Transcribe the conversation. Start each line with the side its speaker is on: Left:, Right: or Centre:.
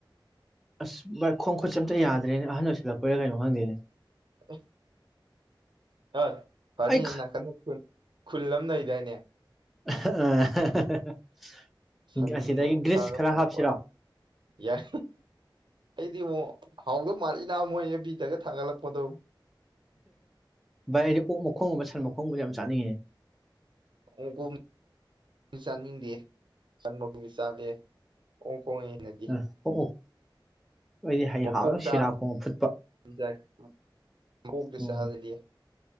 Centre: ꯑꯁ ꯚꯥꯏ ꯈꯣꯡ - ꯈꯨꯠꯁꯦ ꯑꯝꯇ ꯌꯥꯗ꯭ꯔꯦꯅꯦ ꯑꯍꯟ ꯑꯣꯏꯁꯤꯜꯂꯛꯄꯩꯔꯥ ꯀꯩꯅꯣ ꯈꯪꯗꯦꯅꯦ꯫
Right: <unintelligible> <unintelligible> ꯐꯅꯤ
Centre: ꯑꯩ
Right: ꯅꯥꯀꯥꯟ ꯅ ꯈꯨꯜ ꯑꯃ ꯂꯩꯗꯥꯏꯅꯦ?
Centre: ꯑ
Right: ꯁꯟ
Centre: ꯑꯁꯤꯗꯒꯤ
Right: ꯑꯣꯛꯁꯥꯒ
Centre: ꯒ꯭ꯔꯤꯁ ꯈꯔ
Right: ꯊꯣꯡꯕ
Centre: ꯍꯥꯞꯁꯤꯔꯣ
Right: ꯌꯥꯏ꯫ ꯑꯩꯗꯤ ꯑꯃꯨꯛ ꯍꯥꯎꯗꯧ ꯃꯥꯜꯂꯤ ꯅꯥ ꯃꯣꯏ ꯑꯦ ꯕꯤꯗꯒ ꯊꯥꯒꯠꯂꯛꯄꯗꯣ꯫
Centre: ꯚꯥꯏ ꯑꯩꯗꯤ ꯑꯣꯛ ꯃꯈꯣꯡꯒꯨꯝꯕ ꯁꯟ ꯃꯈꯣꯡꯒꯨꯝꯕ ꯌꯥꯝ ꯆꯅꯤꯡꯉꯦ꯫
Right: ꯑꯣ <unintelligible> ꯆꯅꯤꯡꯗꯑꯦ ꯁꯟ ꯃꯈꯣꯡꯗꯤ ꯆꯥꯕꯥ ꯌꯥꯏ꯫ <unintelligible> ꯅꯗꯤ
Centre: ꯑ ꯑꯣꯛ ꯑꯩꯗꯤ ꯍꯌꯦꯡ
Right: ꯃꯀꯣꯛ
Centre: ꯍꯥꯎꯅ
Right: ꯆꯥꯕ
Centre: ꯁꯤꯔꯥ
Right: <unintelligible>
Centre: ꯈꯣꯡꯉ ꯐꯨꯠꯄ
Right: ꯃꯀꯣꯛꯇ
Centre: ꯎꯝ
Right: ꯆꯥꯗꯗꯤ ꯌꯥꯏ